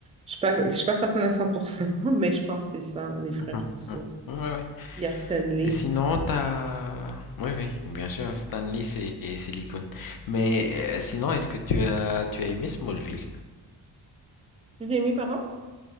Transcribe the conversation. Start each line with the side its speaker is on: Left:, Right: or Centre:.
Right: Je suis pas, je suis pas certaine à 100% <laughs> mais je pense que c'est ça, les frères
Left: mhm,
Right: Rousseau.
Left: mhm. Ouais, ouais.
Right: Il y a Stanley.
Left: Et sinon, t'as... Oui, oui, bien sûr, Stanley, c'est c'est l'icône. Mais euh, sinon, est-ce que tu as, tu as aimé Smallville?
Right: Je l'ai aimé, pardon?